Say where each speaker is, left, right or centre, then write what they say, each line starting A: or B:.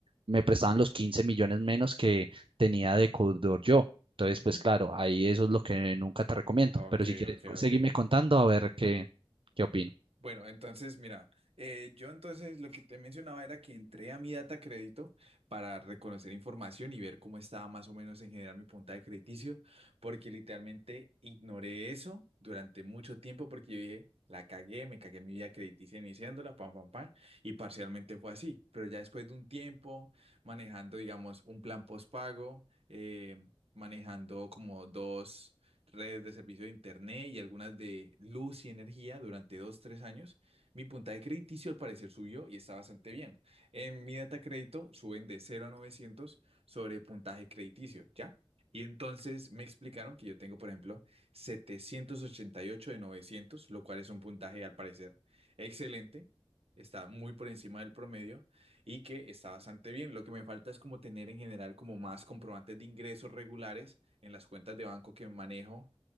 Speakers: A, on the right; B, on the right.
A: me prestaban los 15 millones menos que tenía de codeudor yo. Entonces,
B: Ujú.
A: pues claro, ahí eso es lo que nunca te recomiendo,
B: Ok,
A: pero si quieres,
B: ok,
A: seguirme
B: ok.
A: contando a ver qué, qué opino.
B: Bueno, entonces, mira, eh, yo entonces lo que te mencionaba era que entré a mi data crédito para reconocer información y ver cómo estaba más o menos en general mi puntaje crediticio, porque literalmente ignoré eso durante mucho tiempo porque yo dije, la cagué, me cagué en mi vida crediticia iniciándola, pam, pam, pam, y parcialmente fue así, pero ya después de un tiempo manejando, digamos, un plan postpago, eh, manejando como dos redes de servicio de Internet y algunas de luz y energía durante dos, tres años, mi puntaje crediticio al parecer subió y está bastante bien. En mi data crédito suben de cero a 900 sobre puntaje crediticio, ¿ya? Y entonces me explicaron que yo tengo, por ejemplo, 788 de 900 lo cual es un puntaje al parecer excelente. Está muy por encima del promedio y que está bastante bien. Lo que me falta es como tener en general como más comprobantes de ingresos regulares en las cuentas de banco que manejo,